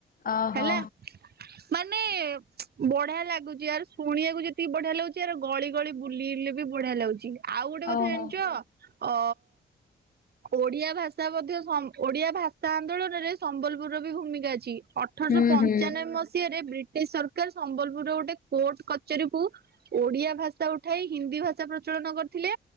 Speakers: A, on the left; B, on the right.
A: ଓହୋ
B: ହେଲା। ମାନେ ବଢିଆ ଲାଗୁଛି ଆର ଶୁଣିବାକୁ ଯେତିକି ବଢିଆ ଲାଗୁଛି ଆର ଗଳି ଗଳି ବୁଲିଲେ ବି ବଢିଆ ଲାଗୁଚି। ଆଉ ଗୋଟେ କଥା
A: ଓହୋ।
B: ଜାଣିଚ ଅ ଓଡିଆ ଭାଷା ମଧ୍ୟ ଓଡିଆ ଭାଷା ଆନ୍ଦୋଳନରେ ସମ୍ବଲ ପୁର ବି ଭୂମିକା ଅଛି। ଅଠରଶହ
A: ହୁଁ
B: ପଞ୍ଚାନବେ
A: ହୁଁ
B: ମସିହାରେ ବ୍ରି ଟିଶ ସରକାର ସମ୍ବଲପୁରରେ ଗୋଟେ କୋର୍ଟ କଚେରୀ କୁ ଓଡିଆ ଭାଷା ଉଠାଇ ହିନ୍ଦୀ ଭାଷା ପ୍ରଚଳନ କରିଥିଲେ।